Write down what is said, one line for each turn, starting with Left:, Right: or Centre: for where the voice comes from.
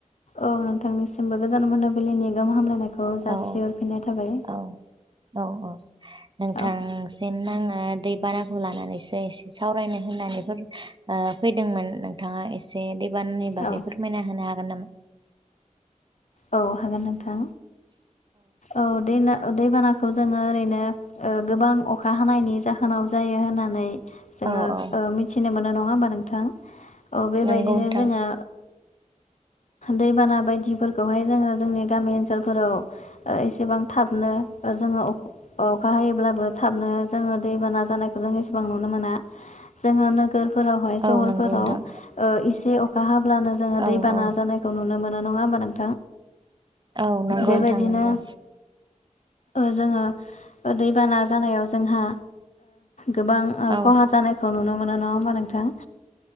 Left: औ नोंथांनिसिमबो गोजान मोनाबिलिनि गाहाम हामलायनायखौ जासिहरफिननाय
Right: औ
Left: थाबाय
Right: औ औ औ नोंथांसिम
Left: औ
Right: नाङो ङो दैबानाखौ लानानैसो एसे सावरायनो होननानैफोर फैदोंमोन नोंथाङा एसे बानानि बागै
Left: औ
Right: फोरमायना होनो हागोन नामा
Left: औ हागोन नोंथां औ दैना दैबानाखौ जोङो ओरैनो गोबां अखा हानायनि जाहोनाव जायो होननानै जोङो
Right: औ औ
Left: मिथिनो मोनो नङा होमबा नोंथां। बेबायदिनो
Right: नंगौ नोंथां
Left: जोङो दैबाना बायदि बेहाय जोङो जोंनि गामि ओनसोलफोराव एसेबां थाबनो जोङो अखा हायोब्लाबो थाबनो जोङो दैबाना जानायखौ जों एसेबां नुनो मोना। जोङो नोगोरफोरावहाय सहरफोराव
Right: औ नंगौ नोंथां
Left: इसे अखा हाब्लानो जोङो
Right: औ
Left: दै बाना
Right: औ
Left: जानाय खौ नुनो मोन नङा होनोमबा नों
Right: औ नंगौ
Left: बेबायदिनो
Right: नोंथां नांगौ
Left: जोङो दैबाना जानायाव जोंहा गोबां
Right: औ
Left: खहा जानायखौ नुनो मोनो नङा होमबा नोंथां।